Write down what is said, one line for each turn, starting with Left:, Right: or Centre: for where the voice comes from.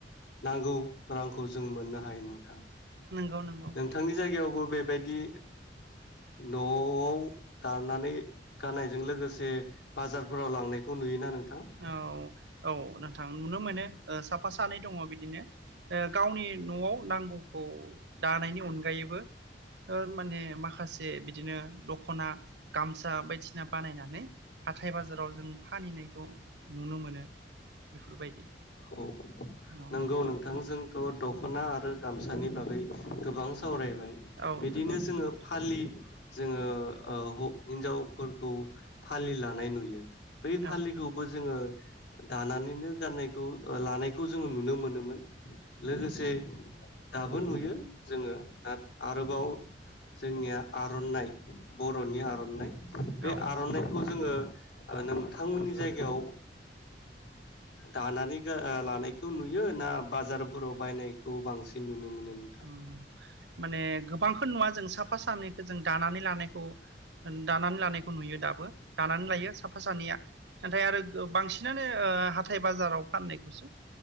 Left: नांगौ रांखौ जों मोननो हायो नोंथां
Right: नंगौ नंगौ
Left: नोंथांनि जायगायावबो बेबायदि न'आव दानानै गाननायजों लोगोसे बाजारफोराव लांनायखौ नुयोना नों
Right: औ औ नोंथां नुनो मोनो साफा सानै दङ बिदिनो गावनि न'आव नांगौखौ दानायनि अनगायैबो माने माखासे माखासे बिदिनो द खना गामसा बायदिसिना बानायनानै हाथाय बाजाराव जों फाननायखौ नुनो मोनो बेफोरबायदि
Left: औ
Right: औ
Left: नंगौ नोंथां जोंथ' द दख'ना आरो गामसानि बागै गोबां सावरायबाय
Right: औ
Left: बिदिनो
Right: नंगौ नोंथां
Left: जोङो फालि जोङो हिनजावफोरखौ फालि लानाय नुयो बै फालिखौबो
Right: औ
Left: जोङो दानानैनो गाननाय खौ लानायखौ जोङो नुनो मोनोमोन लोगोसे दाबो नुयो जोङो आरोबाव जोंनिया आर'नाइ बर'नि आर'नाइ बे
Right: औ
Left: आर'नाइखौ जोङो नोंथांमोननि जायगायाव दानानै लानायखौ नुयो ना बाजारफोराव बायनायखौ बांसिन नुनो मोनो नोंथां?
Right: ओम माने गोब बांखौनो नुवा जों साब साफा सानैखौ जों दानानै लानाय खौ होन दानानै लानायखौ नुयो दाबो दानानै लायो साफा सानैया नाथाय आरो बांसिनानो ओ हाथाय बाजाराव फाननायखौसो